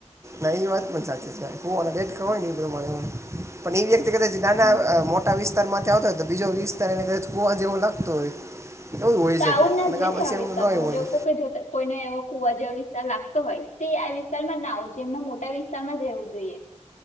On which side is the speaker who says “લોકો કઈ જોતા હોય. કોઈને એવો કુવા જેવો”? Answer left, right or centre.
Left